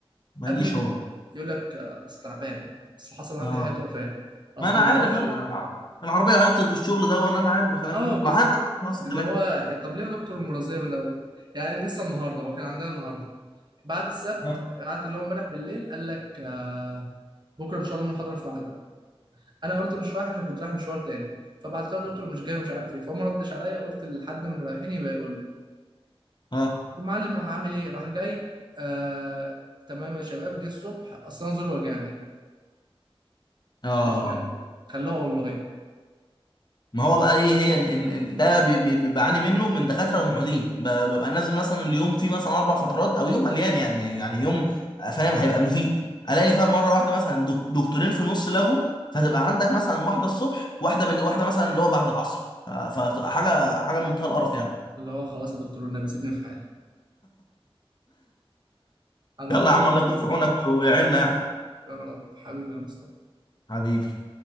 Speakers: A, on the left; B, on the right.
A: ما
B: قبل
A: يجيش
B: م-
A: هو
B: يقول لك آه، اصل تعبان اصل حصل عندي
A: اه
B: حاجه وفاه اصل
A: ما انا عارف
B: ما اعرفش
A: انا
B: ايه
A: العربيه عطلت والشغل ده وانا انا عارف الكلام
B: اه
A: ده
B: بالظبط
A: ما عندك نفس الكلام
B: اللي هو طب ليه يا دكتور المرضية من الأول يعني لسه النهاردة هو كان عندنا النهاردة بعد السبت
A: اه
B: قعدت اللي هو امبارح بالليل قال لك آه بكرة إن شاء الله المحاضرة في ميعادها أنا قلت مش رايح عشان كنت رايح مشوار تاني فبعت له يا دكتور مش جاي ومش عارف ايه فهو ما ردش عليا قلت لحد من اللي رايحين يبقى يقول له
A: اه
B: المعلم راح عامل ايه راح جاي آه تمام يا شباب جه الصبح أصلا زوري وجعني
A: اه
B: مش جاي خلوها أونلاين
A: ما هو بقى ايه هي إن إن إن ده بي- بي- بي- بعاني منه من دكاتره ومعيدين ب- ببقى نازل مثلا اليوم فيه مثلا اربع فترات او يوم مليان يعني يعني يوم فاهم هيبقى مفيد الاقي فاهم مره واحده مثلا دك- دكتورين في نص لغو فتبقى عندك مثلا واحده الصبح واحده بال... واحده مثلا اللي هو بعد العصر ف- فتبقى حاجه حاجه منتهى القرف يعني
B: اللي هو خلاص يا دكتور والنبي سيبني في حالي على العموم
A: يلا يا عم الله
B: يعني،
A: يكون في عونك ويعيننا يعني
B: يا رب حبيبي يا مصطفى
A: حبيبي